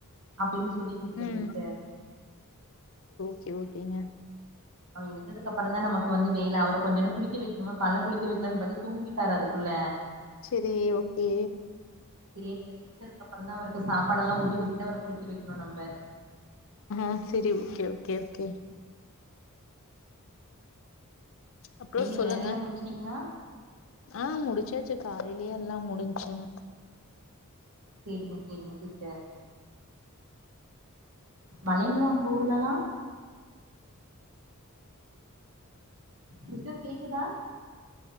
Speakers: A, on the right; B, on the left.
A: அப்டின் சொல்லி விட்டுட்ட
B: ம்
A: சிஸ்டர்
B: சே ஓகேங்க
A: அவ எழுந்ததுக்கப்பறந்தா நம்ம இப்ப வந்து வேல அவரக் கொஞ்சனு குளிக்க வைக்ணுமா கால்ல குளிக்க வக்லாம்னு பத்தி தூங்கிட்டாரு அதுக்குள்ள
B: செரி ஓகே
A: சேரி அவ குளிச்சதுக்கப்புறந்தா அவருக்கு சாப்பாடெல்லா ஊட்டி விட்டு அவர குளிக்க வக்ணு நம்ப
B: ஆ செரி ஓகே ஓகே ஓகே அப்றோ
A: நீங்க
B: சொல்லுங்க
A: வேலையெல்லா முடிச்சிட்டீங்ளா
B: ஆ முடிச்சாச்சு காலைலியே எல்லா முடிஞ்சிங்
A: சேரிங்க சேரிங்க சிஸ்டர் மழைங்ளா உங்க ஊர்லலா சிஸ்டர் கேக்குதா